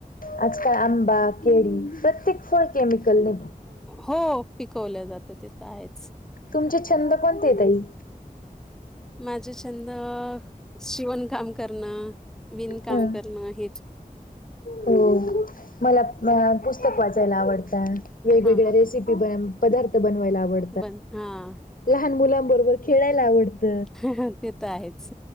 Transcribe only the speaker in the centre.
हो पिकवल्या जातं, तिथं आहेच.
माझे छंद शिवण काम करणं, विणकाम
करणं हेच.
हा
बंद, हा.
ह.. ह. ते तर आहेच